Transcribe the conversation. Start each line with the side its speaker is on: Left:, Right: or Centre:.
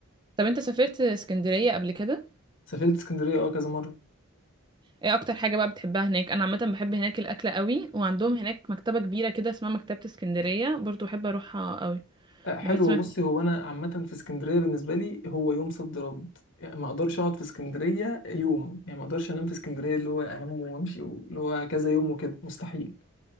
Right: طب انت سافرت اسكندرية قبل كده
Left: سافرت اسكندريه اه كذا مره
Right: ايه اكتر حاجة بقى بتحبها هناك انا عامة بحب هناك الاكل قوي وعندهم هناك مكتبة كبيرة كده اسمها مكتبة اسكندرية برضو بحب اروحها قوي
Left: آه، حلو
Right: بحس ما
Left: بصي
Right: فيش
Left: هو انا عامه في اسكندريه بالنسبه لي هو يوم صد رد يعني ما اقدرش اقعد في اسكندريه يوم يعني ما اقدرش انام في اسكندريه اللي هو انام وامشي و- اللي هو كذا يوم وكده مستحيل